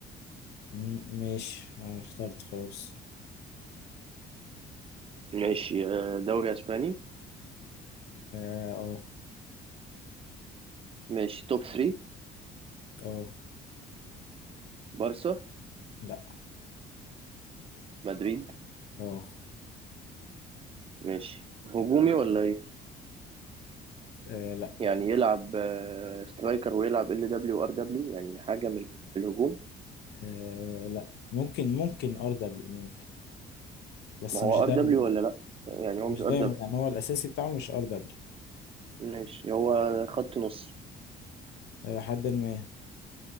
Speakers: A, on the left; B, on the right.
A: م- ماشي انا اخترت خلاص
B: ماشي آه، دوري اسباني
A: اه
B: ماشي توب 3
A: اه آه،
B: بارسا
A: لا
B: مدريد
A: اه
B: ماشي هجومي ولا ايه
A: آه، لا
B: يعني يلعب آه، سترايكر ويلعب ال دبليو ار دبليو يعني حاجه من في الهجوم
A: آه، لا ممكن ممكن ار دبليو ممكن بس
B: ما هو
A: مش دايما
B: ار دبليو ولا لا يعني هو
A: مش
B: مش ار
A: دايما
B: دبليو
A: يعني هو الاساسي بتاعه مش ار دبليو
B: ماشي هو خط نص
A: حد ما